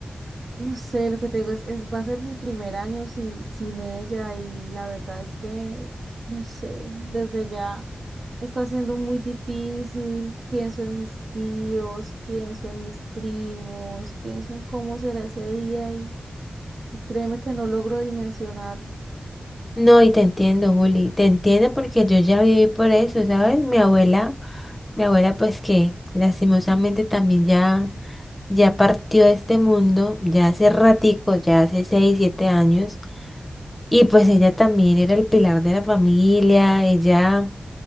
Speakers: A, on the right; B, on the left.
A: No sé, lo que te digo es, es, va a ser mi primer año sin, sin ella y la verdad es que, no sé, desde ya está siendo muy difícil. Pienso en mis tíos, pienso en mis primos, pienso en cómo será ese día y, y créeme que no logro dimensionarlo.
B: No, y te entiendo, Juli, te entiendo porque yo ya viví por eso, ¿sabes? Mi abuela, mi abuela pues que lastimosamente también ya, ya partió de este mundo, ya hace ratico, ya hace seis, siete años. Y pues ella también era el pilar de la familia, ella